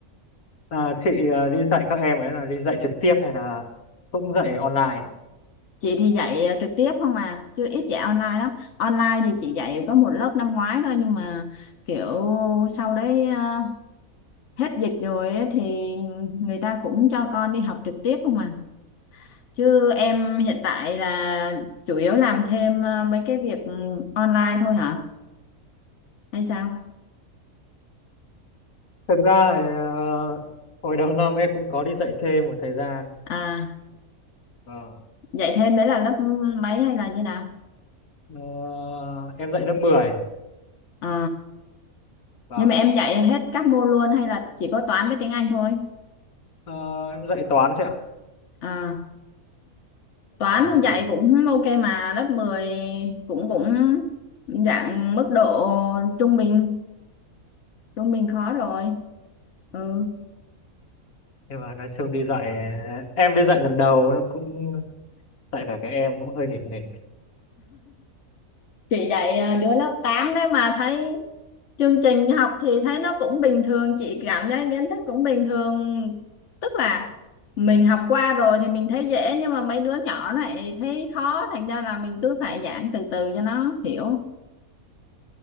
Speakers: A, on the left; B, on the left.
A: À, chị ờ, đi dạy các em ấy là đi dạy trực tiếp hay là cũng dạy online?
B: chị thì dạy ờ, trực tiếp không à chứ ít dạy online lắm online thì chị dạy có một lớp năm ngoái thôi nhưng mà kiểu sau đấy ờ, hết dịch rồi ấy, thì người ta cũng cho con đi học trực tiếp không à Chứ em hiện tại là chủ yếu làm thêm ờ, mấy cái việc online thôi hả? Hay sao?
A: Thực ra thì, ờ, hồi đầu năm em cũng có đi dạy thêm một thời gian.
B: À,
A: Vâng.
B: dạy thêm đấy là lớp mấy hay là như nào?
A: Ờ, em dạy lớp mười
B: Ờ,
A: Vâng.
B: nhưng mà em dạy hết các môn luôn hay là chỉ có toán với tiếng Anh thôi?
A: Ờ, em dạy toán chị ạ.
B: À, toán
A: Toán một
B: thì dạy
A: thời
B: cũng ok mà lớp 10 cũng cũng dạng mức độ trung bình, trung bình khó rồi. Ừ.
A: Nhưng mà nói chung đi dạy em đi dạy lần đầu cũng dạy cả các em cũng hơi nghịch nghịch.
B: chị dạy à, đứa lớp 8 đấy mà thấy chương trình học thì thấy nó cũng bình thường chị cảm thấy kiến thức cũng bình thường tức là mình học qua rồi thì mình thấy dễ nhưng mà mấy đứa nhỏ này thấy khó thành ra là mình cứ phải giảng từ từ cho nó hiểu